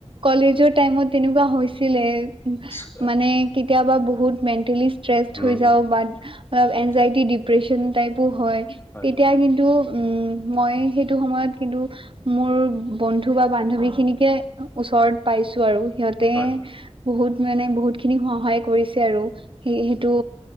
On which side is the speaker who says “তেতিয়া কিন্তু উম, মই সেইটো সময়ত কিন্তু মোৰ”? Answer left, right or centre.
Right